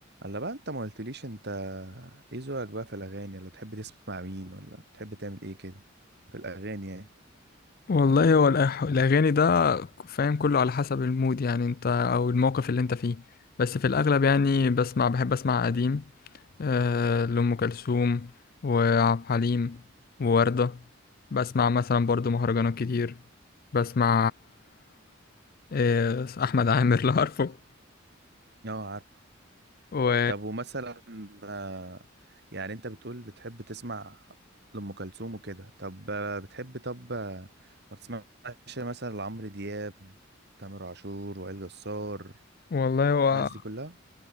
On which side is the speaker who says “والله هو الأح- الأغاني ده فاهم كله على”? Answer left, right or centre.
Left